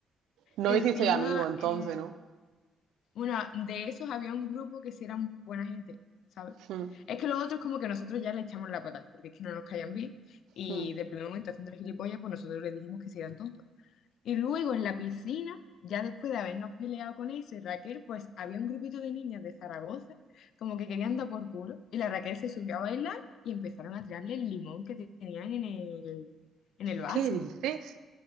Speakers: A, on the right (about 85°); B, on the left (about 75°).
A: No
B: Encima,
A: hiciste amigo entonces,
B: eh,
A: ¿no?
B: bueno de esos había un grupo que sí eran buena gente, ¿sabes?
A: Mm,
B: Es que los otros como que nosotros ya le echamos la patada, porque es que no nos caían bien, y
A: mm.
B: de primer momento haciendo el gilipollas, pues nosotros le dijimos que se eran tontos. Y luego en la piscina, ya después de habernos peleado con eso, y Raquel, pues había un grupito de niñas de Zaragoza, como que querían dar por culo, y la Raquel se subió a bailar y empezaron a tirarle el limón que tenían en el, en el vaso.
A: ¿Qué dices?